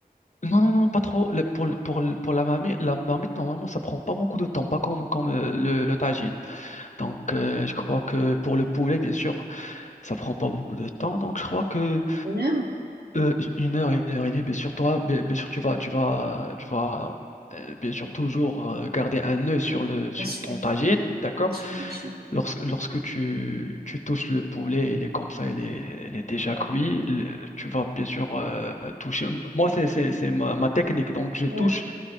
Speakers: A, on the left (about 50°); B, on the right (about 75°).
A: non non non pas trop. Le- Pour le- pour le- pour la marmite, la marmite normalement ça prend pas beaucoup de temps, pas comme comme euh, le, le tagine. Donc euh, je crois que pour le poulet bien sûr. Ça prend pas beaucoup de temps, donc je crois que
B: une heure?
A: euh, une heure, une heure et demie, bien sûr, toi, bien, bien sûr, tu vas, tu vas, tu vas, euh, bien sûr, toujours euh, garder un œil sur le, sur
B: Bien sûr.
A: ton tagine, d'accord?
B: Bien sûr, bien sûr.
A: Lorsque, lorsque tu, tu touches le poulet, il est comme ça, il est, il est déjà
B: Ouais.
A: cuit. Le- tu vas bien sûr euh, toucher. Moi, c'est, c'est, c'est ma, ma technique, donc je
B: Oui,
A: touche
B: oui,